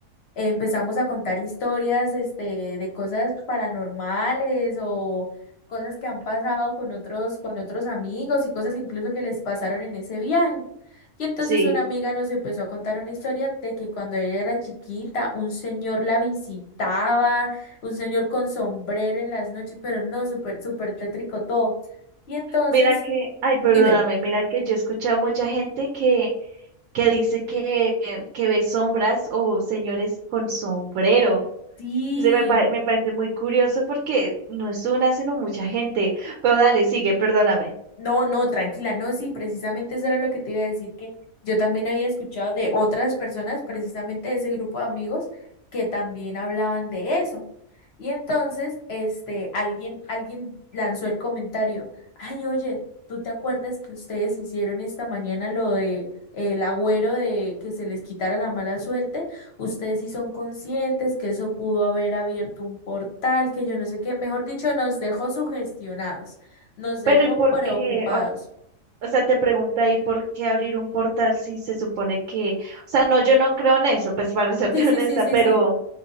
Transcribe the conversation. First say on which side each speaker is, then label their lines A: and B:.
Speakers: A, on the left; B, on the right.
A: eh, empezamos a contar historias, este, de cosas paranormales o cosas que han pasado con otros, con otros amigos y cosas incluso que les pasaron en ese viaje. Y entonces
B: sí.
A: una amiga nos empezó a contar una historia de que cuando ella era chiquita, un señor la visitaba un señor con sombrero en las noches, pero no, súper, súper tétrico todo. Y entonces,
B: Mira que, ay, perdóname,
A: dime,
B: mira que yo he escuchado mucha gente que, que dice que, que ve sombras o señores con sombrero.
A: sí,
B: Se me, pa- me parece muy curioso porque no es una, sino mucha gente. Pero dale, sigue, perdóname.
A: No, no, tranquila, no, sí, precisamente eso era lo que te iba a decir, que yo también había escuchado de otras personas, precisamente de ese grupo de amigos, que también hablaban de eso. Y entonces, este, alguien, alguien lanzó el comentario, ay, oye, ¿tú te acuerdas que ustedes hicieron esta mañana lo de eh, el agüero de que se les quitara la mala suerte? Ustedes sí son conscientes que eso pudo haber abierto un portal, que yo no sé qué, mejor dicho, nos dejó sugestionados nos dejó
B: Pero ¿y por
A: preocupados.
B: qué? O, o sea, te pregunta, ahí por qué abrir un portal si se supone que, o sea, no, yo no creo en eso, pues para serte
A: Sí, sí,
B: <laughs> honesta,
A: sí, sí,
B: pero,
A: sí.